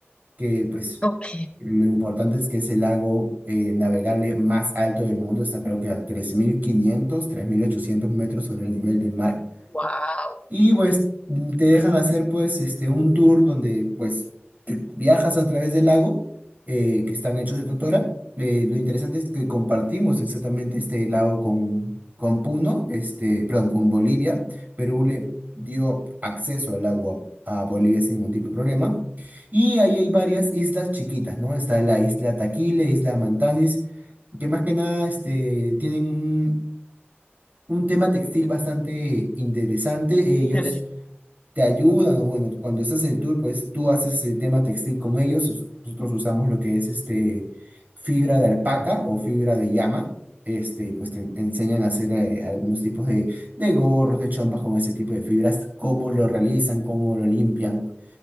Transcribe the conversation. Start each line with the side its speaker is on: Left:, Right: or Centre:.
Right: que pues
Left: Ok,
Right: lo importante es que es el lago eh, navegable más alto del mundo, está creo que a tres tres mil quinientos tres mil ochocientos metros sobre el nivel del mar.
Left: wow,
Right: Y pues te dejan hacer pues este un tour donde pues te- viajas a través del lago eh, que están hechos de totora. Eh, lo interesante es que compartimos exactamente este lago con, con Puno, este, perdón, con Bolivia. Perú le dio acceso al agua a Bolivia sin ningún tipo de problema. Y ahí hay varias islas chiquitas, ¿no? Está la isla Taquile, isla Mantanis, que más que nada este, tienen un un tema textil bastante interesante. Ellos
Left: qué
Right: te ayudan, o bueno, cuando estás en el tour, pues tú haces el tema textil con ellos, us- nosotros usamos lo que es este fibra de alpaca o fibra de llama, este, pues te enseñan a hacer eh, algunos tipos de, de gorros, de chompas con ese tipo de fibras, cómo lo realizan, cómo lo limpian.